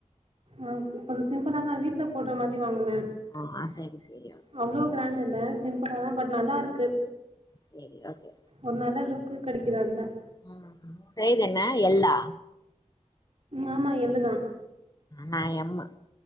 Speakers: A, on the right; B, on the left.
A: ஆ கொஞ்ச சிம்பிளா தா வீட்டுல போடுற மாதிரி வாங்குன்ன
B: ஆ ஆ செரி செரி
A: அவ்ளோ கிராண்ட் இல்ல சிம்பல்லாதா பட் நல்லா இருக்கு
B: செரி ஓகே
A: ஒரு நல்ல லுக் கிடைக்குது அதுதா
B: அ சைஸ் என்ன எல் லா
A: ஆமா எள்ளுதா
B: நா எம்